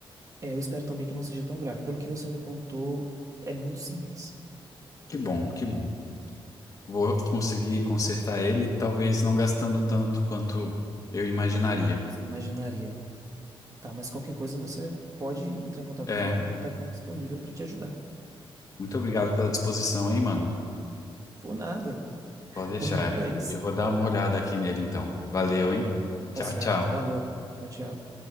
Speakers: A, on the right (about 35°); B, on the left (about 35°).
A: é, eu espero também que não seja tão grave. Pelo que você me contou, é muito simples.
B: Que bom, que bom. Vou conseguir consertar ele, talvez não gastando tanto quanto eu imaginaria.
A: Você imaginaria. Tá, mas qualquer coisa você pode entrar em contato
B: É,
A: comigo que eu vou estar aqui disponível para te ajudar.
B: muito obrigado pela disposição, hein, mano?
A: Por nada.
B: Pode
A: Estamos
B: deixar.
A: aqui para isso.
B: Eu vou dar uma olhada aqui nele então. Valeu, hein? Tchau,
A: Tá certo.
B: tchau.
A: Valeu. Tchau, tchau.